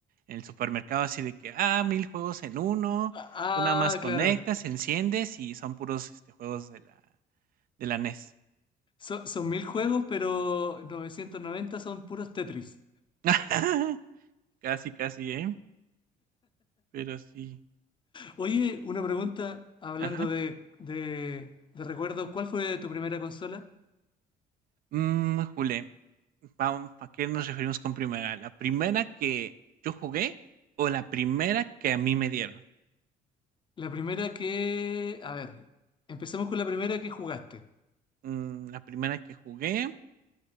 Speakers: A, on the right; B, on the left.
A: en el supermercado, así de que, ah, 1000 juegos en uno,
B: Ah,
A: tú nada más conectas,
B: claro.
A: enciendes y son puros, este, juegos de la de la NES.
B: Son, son mil juegos, pero 990 son puros Tetris.
A: <laughs> Casi, casi, ¿eh? Pero sí.
B: Oye, una pregunta, hablando
A: Ajá.
B: de, de, de recuerdos, ¿cuál fue tu primera consola?
A: Mm, jule, vam ¿a qué nos referimos con primera? ¿La primera que yo jugué o la primera que a mí me dieron?
B: La primera que... A ver, empecemos con la primera que jugaste.
A: Mm, la primera que jugué,